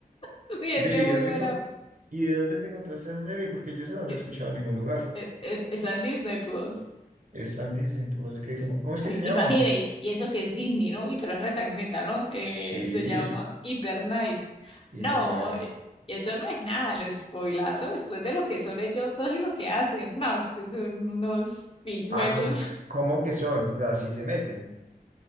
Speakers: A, on the left; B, on the right.
A: <laughs> y es
B: Ve,
A: que
B: ¿y
A: es muy
B: dónde,
A: buena,
B: enco- y de dónde te encontraste esa serie? Porque yo esa no la
A: Eh,
B: he escuchado en ningún lugar.
A: eh, eh, está en Disney Plus,
B: Es tan Disney Plus que- ¿cómo, cómo
A: sí,
B: es que se llama?
A: imagine, y y eso que es Disney, ¿no? Y pero es resangreta, ¿no? Eh,
B: Sí,
A: se llama Hyperknife,
B: hiper
A: no,
B: nice.
A: eh, y eso no es nada, el spoilazo después de lo que son ellos dos y lo que hacen, no, es que son unos pilluelos
B: Ah, ¿cómo, cómo que son? O sea, sí se meten.